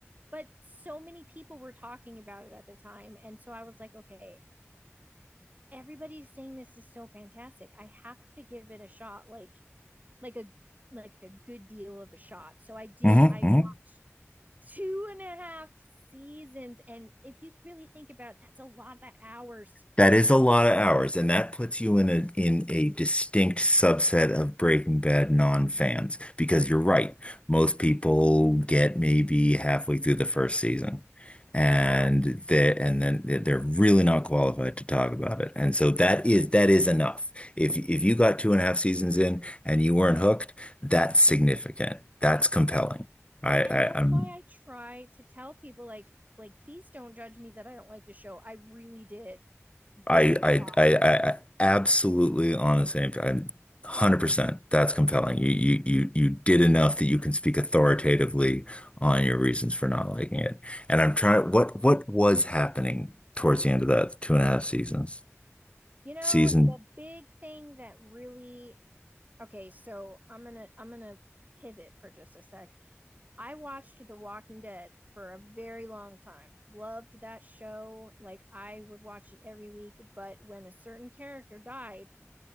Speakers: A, on the right (about 35°); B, on the left (about 25°).
A: but so many people were talking about it at the time. And so I was like, okay, everybody's saying this is so fantastic. I have to give it a shot, like like a like a good deal of a shot. So I did.
B: hmm
A: I watched two and a half seasons. And if you really think about it, that's a lot of hours.
B: That is a lot of hours, and that puts you in a in a distinct subset of Breaking Bad non-fans because you're right. Most people get maybe halfway through the first season, and
A: Yeah.
B: they and then they- they're really not qualified to talk about it. And so that is that is enough. If if you got two and a half seasons in and you weren't hooked, that's significant. That's compelling. I,
A: And
B: I
A: that's
B: I'm
A: why I try to tell people like like please don't judge me that I don't like the show. I really did give
B: I
A: it a shot.
B: I I I absolutely on the same. I'm 100%. That's compelling. You you you you did enough that you can speak authoritatively on your reasons for not liking it. And I'm trying. What what was happening towards the end of that two and a half seasons
A: You know,
B: season?
A: the big thing that really Okay, so I'm going to I'm going to pivot for just a sec. I watched The Walking Dead for a very long time. Loved that show. Like I would watch it every week, but when a certain character died,